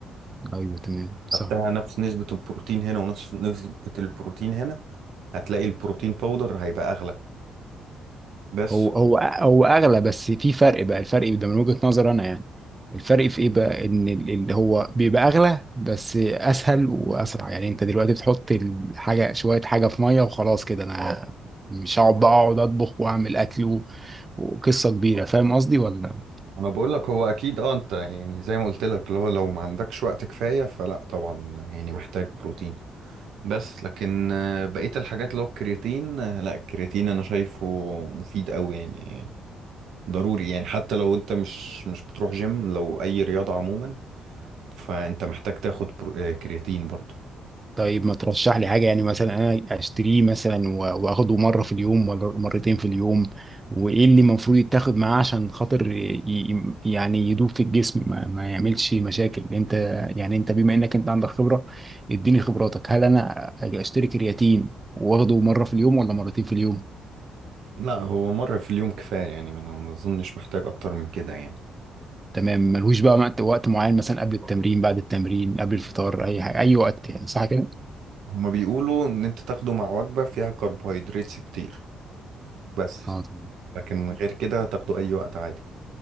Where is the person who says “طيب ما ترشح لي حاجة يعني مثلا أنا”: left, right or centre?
Right